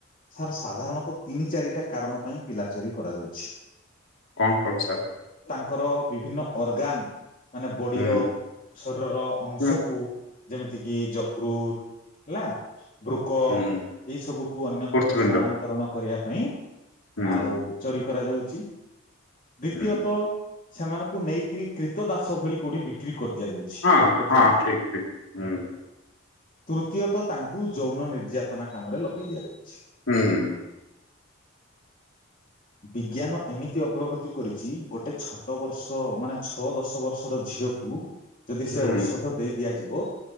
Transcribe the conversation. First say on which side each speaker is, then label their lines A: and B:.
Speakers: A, on the left (about 40°); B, on the left (about 85°).
A: ସାର୍ ସାଧାରଣତଃ ତିନି ଚାରିଟା କାରଣ ପାଇଁ ପିଲା ଚୋରି କରାଯାଉଛି।
B: କଣ କଣ ସାର୍?
A: ଙ୍କର ବିଭିନ୍ନ ଅର୍ଗାନ ମାନେ ବଡିର
B: ହୁଁ
A: ଶରୀରର ଅଂଶକୁ
B: ହୁଁ
A: ଯେମିତିକି ଯକୃତ ହେଲା। ବ୍ରୁକକ୍
B: ହୁଁ
A: ଏଇ ସବୁକୁ ଅନ୍ୟତ୍ର
B: ଫୋର୍ଥ ୱିଣ୍ଡୋ
A: ସ୍ଥାନାନ୍ତରଣ କରିବା। ପାଇଁ।
B: ହୁଁ
A: ଆଉ ଚୋରି କରାଯାଉଛି। ଦ୍ୱିତୀୟତଃ।
B: ହୁଁ
A: ସେମାନଙ୍କୁ ନେଇକିରି କ୍ରିତ ଦାସ ଭଳି କୋଉଠି ବିକ୍ରି କରିଦିଆଯାଉଛି
B: ହଁ
A: କୋଟି କୋଟି
B: ହଁ ଠିକ ଠିକ ହୁଁ।
A: ତୃତୀୟତ ତାଙ୍କୁ ଯୌନ ନିର୍ଯାତନା କାମରେ ଲଗେଇ ଦିଆଯାଉଛି।
B: ହୁଁ ହଁ।
A: ବିଜ୍ଞାନ। ଏମିତି ଅଗ୍ରଗତି। କରିଛି ଗୋଟେ ଛକ। ଟ ବର୍ଷ ମାନେ ଛଅ ଦଶ ବର୍ଷର ଝିଅକୁ। ଯଦି
B: ହୁଁ
A: ସେ ଔଷଧ ଦେଇ ଦିଆଯିବ। <unintelligible>